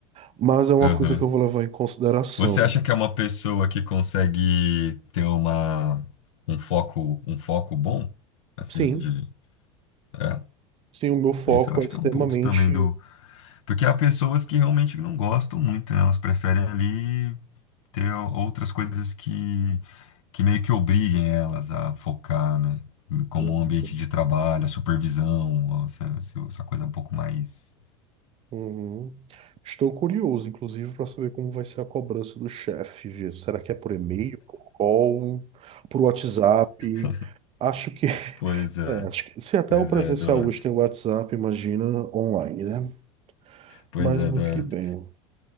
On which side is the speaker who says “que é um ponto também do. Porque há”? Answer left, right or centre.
Left